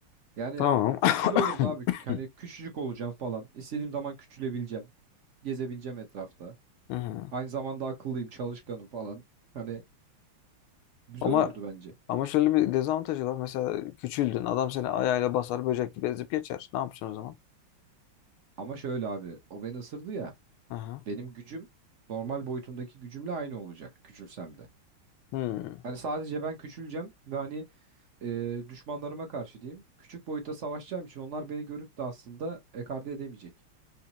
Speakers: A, on the right; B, on the left.
A: Yani
B: Tamam.
A: çok
B: <coughs>
A: güzel olurdu abi. Hani küçücük olacağım falan. İstediğim zaman küçülebileceğim. Gezebileceğim etrafta.
B: Hı hı.
A: Aynı zamanda akıllıyım, çalışkanım falan. Hani güzel
B: Ama
A: olurdu bence.
B: ama şöyle bir dezavantajı var. Mesela küçüldün. Adam seni ayağıyla basar, böcek gibi ezip geçer. Ne yapacaksın o zaman?
A: Ama şöyle abi, o beni ısırdı ya.
B: Hı hı.
A: Benim gücüm normal boyutumdaki gücümle aynı olacak küçülsem de.
B: Hmm.
A: Hani sadece ben küçüleceğim ve hani e, düşmanlarıma karşı diyeyim. Küçük boyutta savaşacağım için onlar beni görüp de aslında ekarte edemeyecek.